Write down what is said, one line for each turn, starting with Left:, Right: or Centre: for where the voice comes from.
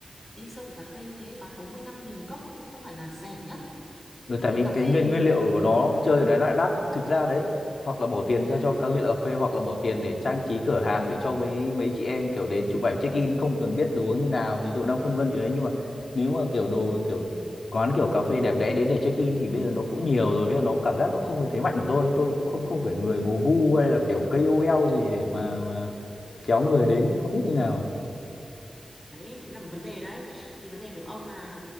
Centre: đi sâu về cà phê như thế bán 40 50 nghìn một cốc là cũng không phải là rẻ nhá
Left: Ừ,
Centre: tôi
Left: tại
Centre: thấy
Left: vì
Centre: cà phê
Left: cái nguyên
Centre: ừ,
Left: nguyên liệu của nó
Centre: ừ.
Left: chơi của nó lại đắt thực ra đấy hoặc là bỏ tiền
Centre: ừ.
Left: ra cho các nghiện cà phê hoặc là bỏ tiền để trang trí cửa hàng để cho mấy mấy chị em kiểu đến chụp ảnh check in không cần biết đồ uống như nào thì tôi đang phân vân chuyện đấy nhưng mà nếu mà kiểu đồ kiểu quán kiểu cà phê đẹp đẽ đến để check in thì bây giờ nó cũng nhiều rồi với nó cảm giác cũng không phải thế mạnh của tôi tôi cũng không không phải người có gu hay là kiểu KOL gì để mà, mà kéo người đến không biết như nào
Centre: đấy thế là một vấn đề đấy thì vấn đề của ông là